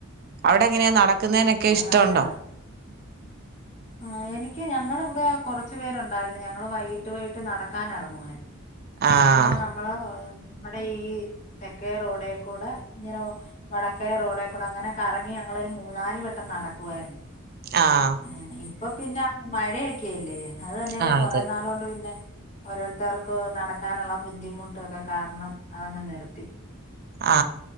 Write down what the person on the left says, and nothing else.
അത്
നല്ലതാ ആഹ് എനിക്ക് ഞങ്ങളിവിടെ കൊറച്ചു പേരുണ്ടായിരുന്നു ഞങ്ങള് വൈകീട്ട് പോയിട്ട് നടക്കാൻ ഇറങ്ങുമായിരുന്നു
ഇങ്ങനെ നമ്മള് നമ്മുടെ ഈ തെക്കേ റോഡേക്കൂടെ ഇങ്ങനെ വടക്കയ റോഡേക്കൂടെ അങ്ങനെ കറങ്ങി ഞങ്ങളങ്ങനെ മൂന്നാല് വട്ടം നടക്കുവായിരുന്നു
ആ ഇ പ്പൊ പിന്ന മഴയൊക്കെഅല്ലേ അത് തന്നെയാണ്
കൊറേ
നാള് കൊണ്ട് പിന്നെ ഓരോരുത്തർക്കും നട- ക്കാനുള്ള ബുദ്ധിമുട്ടൊക്കെ കാരണം അതങ്ങ് നിർത്തി